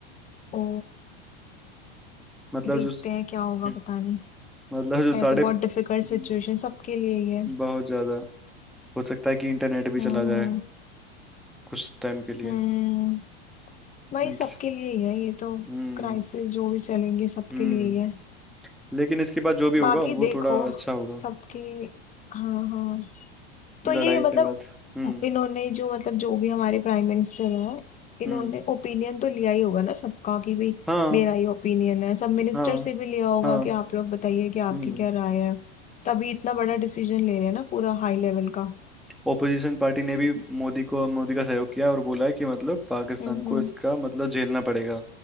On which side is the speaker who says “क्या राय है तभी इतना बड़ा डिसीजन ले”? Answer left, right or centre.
Left